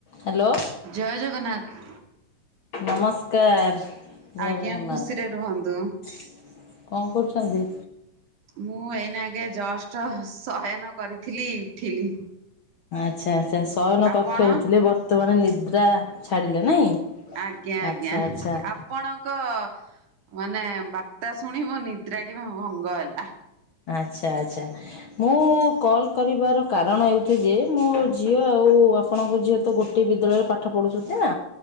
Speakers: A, on the left; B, on the right.
A: Hello.
B: ଜୟ ଜଗନ୍ନାଥ।
A: ନମସ୍କାର। ଜୟ
B: ଆଜ୍ଞା
A: ଜଗନ୍ନାଥ।
B: ଖୁସିରେ ରୁହନ୍ତୁ।
A: କଣ କରୁଛନ୍ତି?
B: ମୁଁ ଏଇନା ଆଜ୍ଞା ଜଷ୍ଟ୍ ଶୟନ କରିଥିଲି ଉଠିଲି।
A: ଆଚ୍ଛା ଆଚ୍ଛା ଶୟନ
B: ଆପଣ
A: କକ୍ଷରେ ଥିଲେ, ବର୍ତ୍ତମାନ ନିଦ୍ରା ଛାଡିଲେ ନାଇଁ।
B: ଆଜ୍ଞା ଆଜ୍ଞା।
A: ଆଚ୍ଛା
B: ଆପ୍
A: ଆଚ୍ଛା
B: ଆପଣଙ୍କ ମାନେ ବାର୍ତ୍ତା ଶୁଣି ମୋ ନିଦ୍ରାଟି ଭଙ୍ଗ ହେଲା।
A: ଆଚ୍ଛା ଆଚ୍ଛା। ମୁଁ କଲ୍ କରିବାର କାରଣ ଏହି କି ଯେ, ମୋ ଝିଅ ଆଉ ଆପଣଙ୍କ ଝିଅ ତ ଗୋ ଟେ ବିଦ୍ୟାଳୟରେ ପାଠ ପଢ଼ୁଛନ୍ତି ନା,